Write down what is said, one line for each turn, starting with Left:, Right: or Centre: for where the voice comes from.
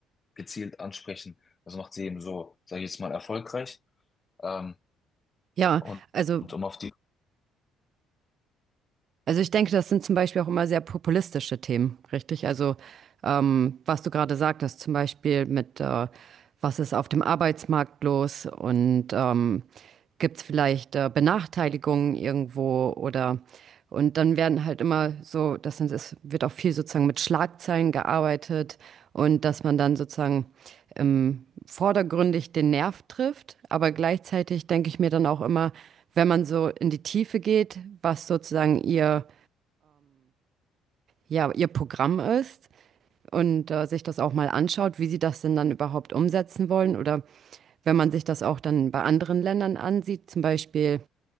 Left: gezielt ansprechen, das macht sie eben so, sage ich jetzt mal, erfolgreich. Ähm,
Right: Ja,
Left: und,
Right: also
Left: und um auf die,
Right: Also ich denke, das sind zum Beispiel auch immer sehr populistische Themen, richtig? Also ähm, was du gerade sagtest, zum Beispiel mit, äh, was ist auf dem Arbeitsmarkt los und ähm, gibt es vielleicht äh, Benachteiligungen irgendwo oder und dann werden halt immer so, das sind, es wird auch viel sozusagen mit Schlagzeilen gearbeitet und dass man dann sozusagen ähm, vordergründig den Nerv trifft, aber gleichzeitig denke ich mir dann auch immer, wenn man so in die Tiefe geht, was sozusagen ihr, ja, ihr Programm ist und äh, sich das auch mal anschaut, wie sie das denn dann überhaupt umsetzen wollen oder wenn man sich das auch dann bei anderen Ländern ansieht, zum Beispiel